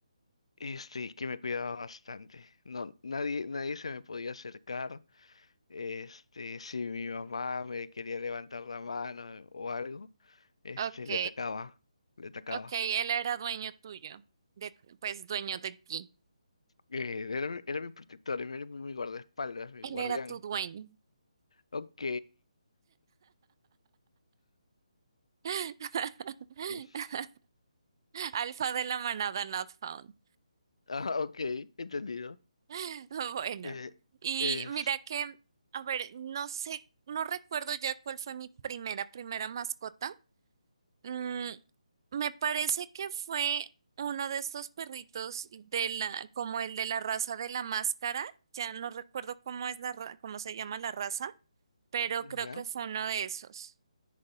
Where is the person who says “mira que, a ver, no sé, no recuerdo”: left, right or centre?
Right